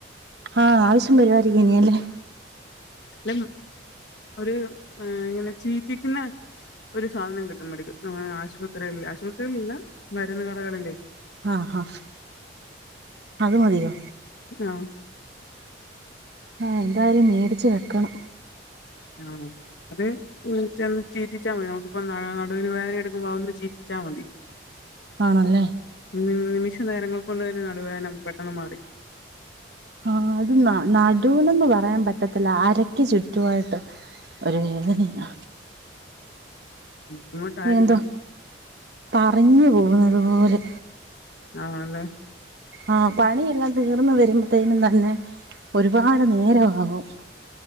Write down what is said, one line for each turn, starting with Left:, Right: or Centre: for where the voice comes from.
Right: ആഹ് ആവശ്യം വരിവായർക്കും ഇനി അല്ലേ
Left: ഉം ഒരു ഏഹ് ഇങ്ങനെ ചീറ്റിക്കുന്ന ഒരു സാധനം കിട്ടും മെഡിക്കൽ ആഹ് ആശുപത്രികളിൽ ആശുപത്രികളല്ല മരുന്ന് കടകളിൽ
Right: ആഹ് ആഹ് അത് മതിയോ
Left: ആഹ്
Right: ആഹ് എന്തായാലും മേടിച്ച് വെക്കണം
Left: ആഹ് അത് ഒന്ന് ചെന്ന് ചീറ്റിച്ചാ മതി നമുക്കിപ്പ നടുവിന് വേദന എടുക്കുമ്പോ അതൊന്ന് ചീറ്റിച്ചാ മതി
Right: ആണല്ലേ
Left: ഉം നിമിഷം നേരങ്ങൾ കൊണ്ട് തന്നെ നടുവേദന പെട്ടെന്ന് മാറി കിട്ടും
Right: ആഹ് അത് ന നടുവിനൊന്ന് പറയാൻ പറ്റത്തില്ല അരക്ക് ചുറ്റുവായിട്ട് ഒരു വേദനയാ
Left: ബുദ്ധിമുട്ടായിരിക്കാ
Right: എന്തോ പറഞ്ഞു പോകുന്നതു പോലെ
Left: ആണ്
Right: ആഹ് പണിയെല്ലാം തീർന്ന് വരുമ്പോത്തേനു തന്നെ ഒരുപാട് നേരവാകും.